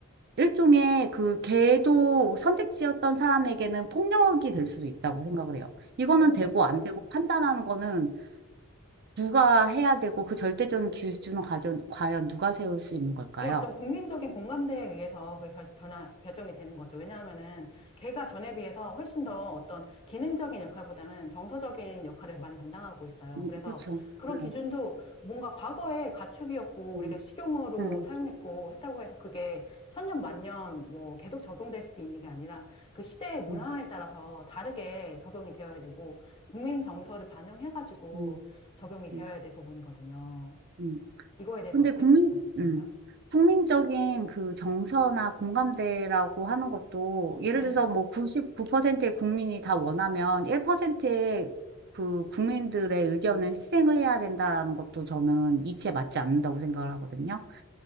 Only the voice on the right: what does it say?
일종의 그 걔도 선택지였던 사람에게는 폭력이 될 수도 있다고 생각을 해요. 이거는
되고 안 되고 판단하는 거는 누가 해야 되고 그 절대적인 기준은 과연, 과연 누가 세울 수 있는 걸까요?
음,
그렇죠.
네.
음,
음,
음,
음,
음,
음.
근데
국민,
음, 국민적인 그 정서나 공감대라고 하는 것도 예를
들어서 뭐 99%의 국민이 다 원하면 1%의 그 국민들의 의견은 희생을 해야 된다라는 것도 저는 이치에 맞지 않는다고 생각을 하거든요.